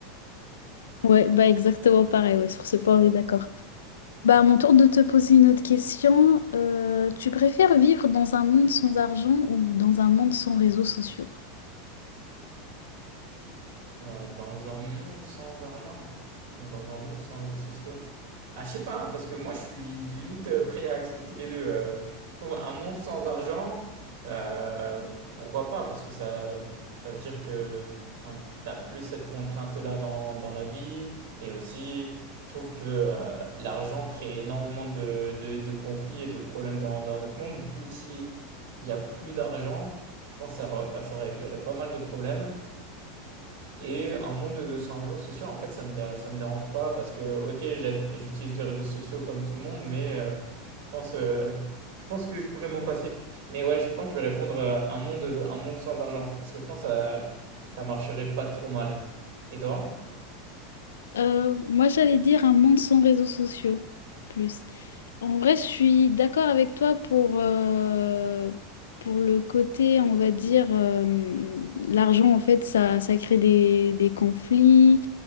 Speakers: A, on the left; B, on the right.
A: Ouais, bah exactement pareil, ouais, sur ce point on est d'accord. Bah, à mon tour de te poser une autre question. Euh, tu préfères vivre dans un monde sans argent ou dans un monde sans réseaux sociaux?
B: Euh, dans un monde sans argent, ou dans un monde sans réseaux sociaux, Ah, je sais pas, hein, parce que moi, je suis limite euh, prêt à accepter les deux. euh. je trouve un monde sans argent, euh, pourquoi pas? Parce que ça, ça veut dire que enfin, t'as plus cette contrainte-là dans, dans la vie. Et aussi, je trouve que euh, l'argent crée énormément de, de, de conflits et de problèmes dans, dans notre monde. Du coup, si il y a plus d'argent, je pense que ça, re- ça réglerait pas mal de problèmes. Et un monde de sans réseaux sociaux, en fait, ça me, dé- ça me dérange pas parce que, ok, j'ad- j'utilise les réseaux sociaux comme tout le monde, mais euh, je pense, euh, je pense que je pourrais m'en passer. Mais ouais, je pense que je vais répondre euh, un monde, un monde sans argent parce que je pense que ça, ça marcherait pas trop mal. Et toi?
A: Euh, moi, j'allais dire un monde sans réseaux sociaux, plus. En vrai, je suis d'accord avec toi pour, euh, pour le côté, on va dire, euh, l'argent, en fait, ça, ça crée des, des conflits.